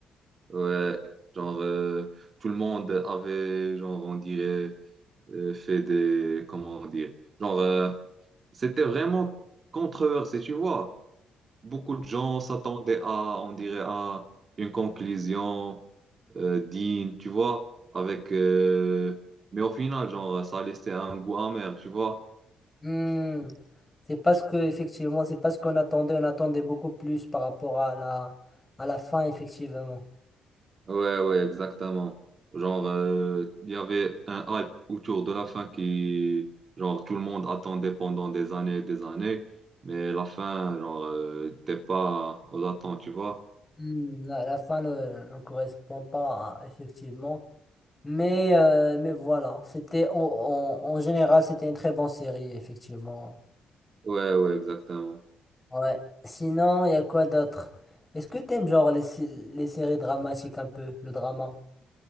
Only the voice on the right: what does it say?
Ouais, genre euh, tout le monde avait, genre on dirait, euh, fait des, comment on dit, genre euh, c'était vraiment controversé, tu vois. Beaucoup de gens s'attendaient à, on dirait, à une conclusion euh, digne, tu vois, avec, euh, mais au final, genre ça laissait un goût amer, tu vois.
Ouais, ouais, exactement. Genre, euh, il y avait un hype autour de la fin qui, genre, tout le monde attendait pendant des années et des années, mais la fin, genre, euh, t'es pas aux attentes, tu vois?
Ouais, ouais, exactement.